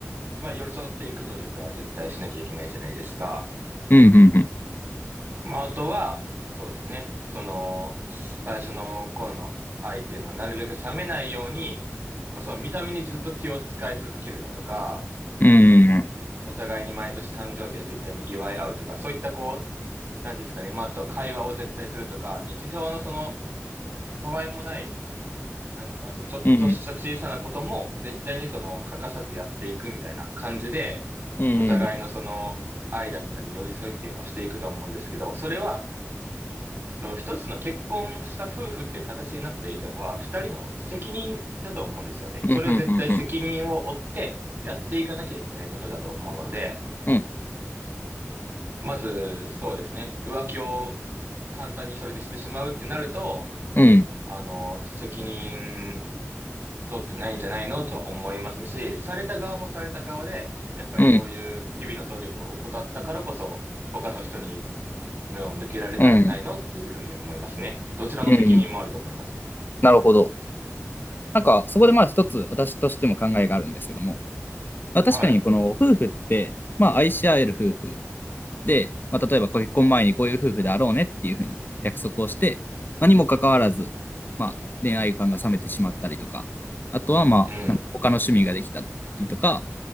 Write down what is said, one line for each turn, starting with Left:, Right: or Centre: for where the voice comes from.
Right: まあ寄り添っていく努力は絶対しなきゃいけないじゃないですか。
Left: うんうんうん。
Right: まあ、あとは、そうですね。その、最初の頃の愛っていうのは、なるべく冷めないように、まあ、その見た目にずっと気を使い続けるだとか、
Left: うんうん
Right: お互いに毎年誕生日は絶対に祝い合うとか、そういったこう、なんですかね。まあ、あとは会話を絶対するとか、日常のその、たわいもない、なんですか、ちょちょっとした小さなことも、
Left: うん。うん
Right: 絶対にその、欠かさずやっていくみたいな感じで、
Left: うんうん。
Right: お互いのその、愛だったり、寄り添いっていうのをしていくと思うんですけど、それは、と、一つの結婚した夫婦っていう形になった以上は、二人の責任だと思うんですよね。
Left: うんうんうん。
Right: それを絶対責任を負ってやっていかなきゃいけないことだと思うので、
Left: うん
Right: まず、そうですね。浮気を簡単にそれでしてしまうってなると、
Left: うん
Right: あの、責任取ってないんじゃないのとは思いますし、された側もされた側で、やっぱりそういう日々の努力を怠ったからこそ、
Left: うん。うん
Right: 他の人に目を向けられたんじゃないのっていうふうに思いますね。
Left: う
Right: どちらの責任もあると思います。
Left: んうん。なるほど。なんか、そこでまあ一つ私としても考えがあるんですけども、まあ、確かにこの夫婦って、
Right: は
Left: まあ愛し合える夫婦で、まあ、例えば結婚前にこういう夫婦であろうねっていうふうに約束をして、まあ、にもかかわらず、まあ、恋愛感が冷めてしまったりとか、あとは、まあ、
Right: い。うん。
Left: なんか他の趣味ができたりとか、